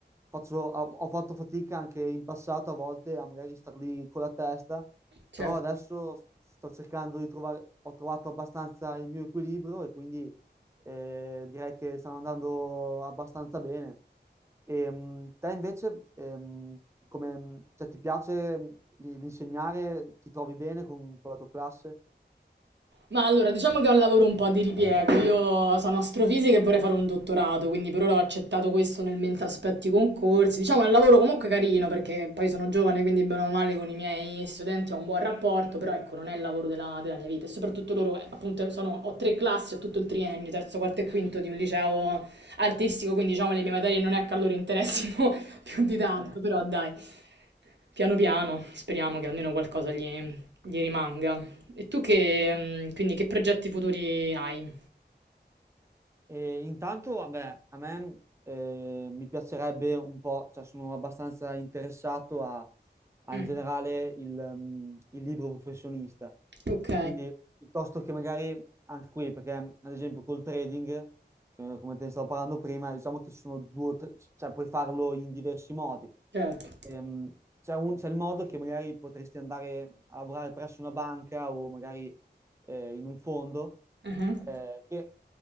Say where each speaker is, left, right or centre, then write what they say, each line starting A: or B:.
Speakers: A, on the right; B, on the right.
A: faccio- ho, ho fatto fatica anche in passato a volte a magari star lì con la testa
B: Certo.
A: però adesso sto cercando di trovare, ho trovato abbastanza il mio equilibrio e quindi eh, direi che stanno andando abbastanza bene. E, mh, te invece, ehm, come, cioè, ti piace l- l'insegnare? Ti trovi bene con, con la tua classe?
B: Ma allora, diciamo che è un lavoro un po' di ripiego. Io sono astrofisica e vorrei fare un dottorato, quindi per ora ho accettato questo nel mentre aspetti i concorsi. Diciamo è un lavoro comunque carino perché poi sono giovane, quindi bene o male con i miei studenti ho un buon rapporto, però ecco, non è il lavoro della, della mia vita. E soprattutto loro, eh, appunto, sono- ho tre classi, ho tutto il triennio, terzo, quarto e quinto di un liceo artistico, quindi diciamo le mie materie non è che a loro interessino <laughs> più di tanto,
A: Eh.
B: però dai. Piano piano, speriamo che almeno qualcosa gli, gli rimanga. E tu che, mm, quindi che progetti futuri hai?
A: E intanto, vabbè, a me eh, mi piacerebbe un po', cioè sono abbastanza interessato a, a,
B: Mm,
A: in generale il, mm, il libro professionista.
B: Ok,
A: Quindi piuttosto che magari anche qui, perché ad esempio col trading che- come te ne stavo parlando prima, diciamo che ci sono due, o tre, cioè puoi farlo in diversi modi.
B: certo.
A: Ehm, c'è un- c'è il modo che magari potresti andare a lavorare presso una banca o magari eh, in un fondo,
B: Mhm.
A: eh, che